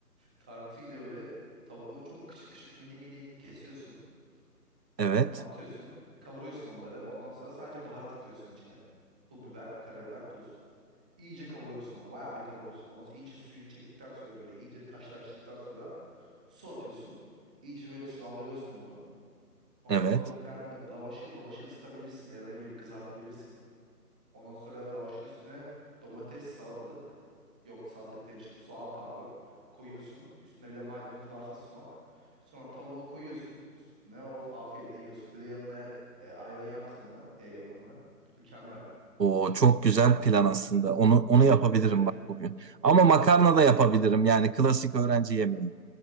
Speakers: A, in the centre; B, on the right.
A: Tantuni de böyle tavuğu çok küçük küçük mini mini kesiyorsun.
B: Evet,
A: Sonra atıyorsun, kavuruyorsun onları. Ondan sonra sadece baharat atıyorsun içine. Pul biber, karabiber, tuz. İyice kavuruyorsun ama bayağı bir kavuruyorsun. Ondan sonra iyice suyunu çektikten sonra böyle iyice taşlaştıktan sonra Su atıyorsun. İyice böyle sulandırıyorsun onu. Ondan
B: evet.
A: sonra bir tane la- lavaşı, lavaşı ısıtabilirsin de ya da ne bileyim kızartabilirsin. Ondan sonra lavaşın üstüne domates, salatalık, yok salatalık demişim, soğan pardon, koyuyorsun. Üstüne bir de maydanoz varsa sumak. Sonra tavuğu koyuyorsun üstüne, of afiyetle yiyorsun. Bir de yanına e, ayran yaptın mı ev yapımı? Mükemmel.
B: O çok güzel plan aslında. Onu onu yapabilirim
A: Evet evet.
B: bak bugün. Ama
A: <laughs>
B: makarna da yapabilirim. Yani klasik öğrenci yemeği.